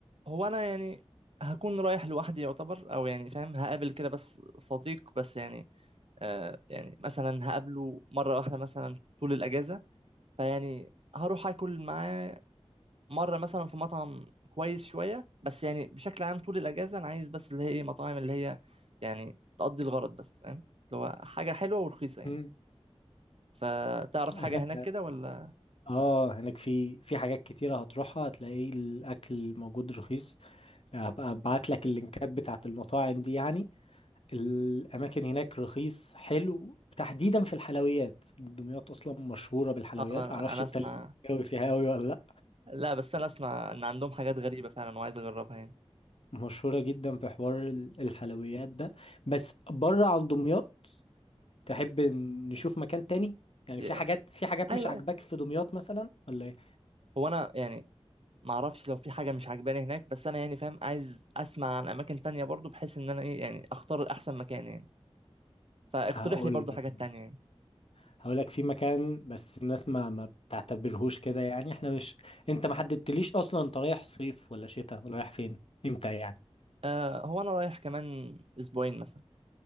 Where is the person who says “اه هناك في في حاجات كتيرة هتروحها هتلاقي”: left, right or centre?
Left